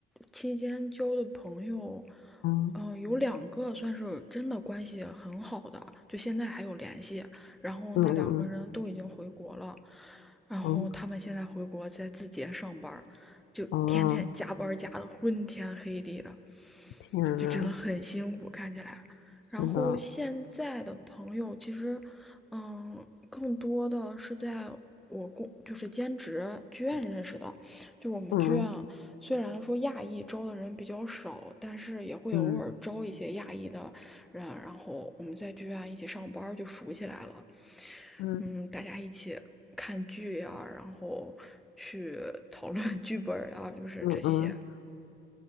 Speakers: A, in the centre; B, on the left.
A: 期间交的朋友，
B: 嗯
A: 嗯，有两个算是真的关系很好的，就现在还有联系。然后那两个人都已经回国了，
B: 嗯嗯
A: 然后他们现在回国在字节上班儿就天天加班儿加的昏天黑地的，
B: 嗯嗯，哦，天呐，
A: 就真的很辛苦，看起来。
B: 真的，
A: 然后现在的朋友其实，嗯，更多的是在我工就是兼职剧院认识的。就我们剧院，
B: 嗯
A: 虽然说亚裔招的人比较少，但是也会偶尔招一些亚裔的人，
B: 嗯
A: 然后我们在剧院一起上班就熟起来了。
B: 嗯
A: 嗯，大家一起看剧呀、然后去讨论剧本呀、就是这些。
B: 嗯嗯嗯。